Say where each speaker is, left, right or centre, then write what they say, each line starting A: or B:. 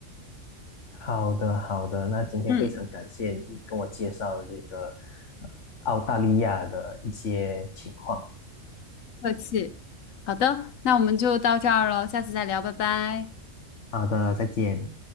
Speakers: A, on the left (about 65°); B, on the left (about 90°).
A: 好的，好的。那今天非常感谢你跟我介绍这个呃澳大利亚的一些情况。
B: 嗯。客气。好的，那我们就到这儿了，下次再聊，拜拜。
A: 好的，再见。